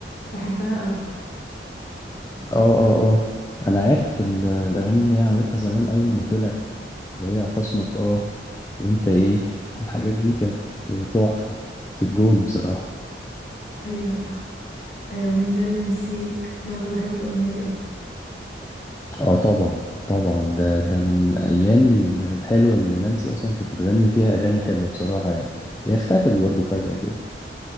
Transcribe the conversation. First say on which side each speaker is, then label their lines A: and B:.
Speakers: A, on the left; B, on the left.
A: بحبها قوي
B: اه اه اه انا عارف ال- الاغاني اللي هي عملتها زمان اول ما طلعت اللي هي خصمك اه وانت ايه الحاجات دي كانت تحفه في الجون بصراحه
A: ايوه صح ايوه ومن ده اللي نسيك برضو بحب الاغنية دي قوي
B: اه طبعا طبعا ده ده من ايام ال- الحلوه اللي نانسي اصلا كانت بتغني فيها اغاني حلوه بصراحه يعني هي اختفت برضو فجاه كده